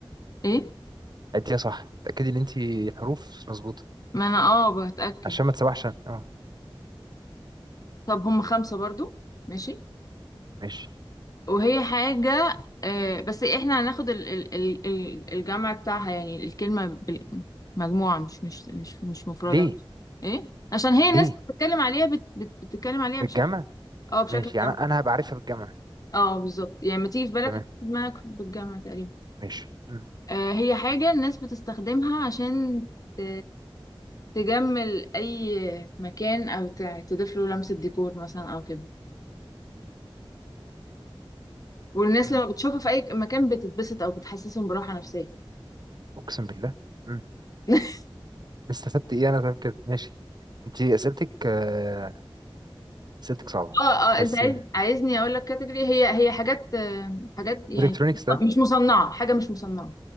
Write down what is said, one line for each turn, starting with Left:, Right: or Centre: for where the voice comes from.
Left: إيه؟
Right: عديها صح تأكدي ان انت الحروف مظبوطه
Left: ما أنا آه بتأكد
Right: عشان ما تسوحش أنا. اه
Left: طب هم خمسة برضو ماشي
Right: ماشي
Left: وهي حاجة أه... بس إحنا هناخد ال... ال... ال... ال- الجمع بتاعها يعني الكلمة بال- مجموعة مش مش مش مش مفردة
Right: ليه
Left: إيه؟ عشان هي
Right: ليه
Left: الناس بتتكلم عليها بت... بت... بتتكلم عليها
Right: بالجمع
Left: بشكل اه بشكل
Right: ماشي يعني
Left: جمع
Right: انا هبقى عارفها بالجمع
Left: اه بالظبط يعني ما تيجي في بالك
Right: تمام
Left: هتيجي في دماغك بالجامعة تقريبا
Right: ماشي مم.
Left: آه هي حاجة الناس بتستخدمها عشان ت... تجمل أي مكان أو ت... تضيف له لمسة ديكور مثلا أو كده والناس
Right: مم.
Left: لما بتشوفها في أي مكان بتتبسط أو بتحسسهم براحة نفسية
Right: اقسم بالله مم.
Left: <laughs>
Right: استفدت ايه انا طيب كده ماشي انت اسئلتك آه، اسئلتك صعبه
Left: اه اه
Right: بس
Left: انت عايز عايزني اقول لك كاتيجوري هي هي حاجات آه، حاجات يعني
Right: الكترونيكس طيب
Left: مش مصنعه حاجه مش مصنعه